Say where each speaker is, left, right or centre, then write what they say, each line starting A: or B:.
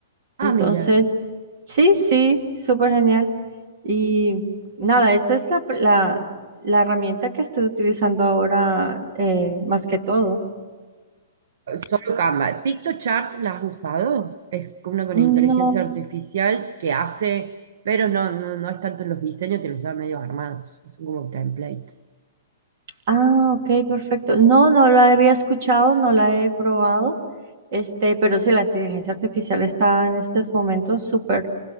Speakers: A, on the right; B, on the right.
A: Ah,
B: Entonces,
A: mira.
B: sí, sí, súper genial. Y nada, esta es la, la, la herramienta que estoy utilizando ahora eh, más que todo.
A: Solo Canva. PictoChart, ¿la has usado? Es como una con
B: No,
A: inteligencia artificial que hace, pero no, no, no es tanto en los diseños, te los da medio armados. Son como templates,
B: ah, ok, perfecto. No, no la había escuchado, no la he probado, este, pero sí, la inteligencia artificial está en estos momentos súper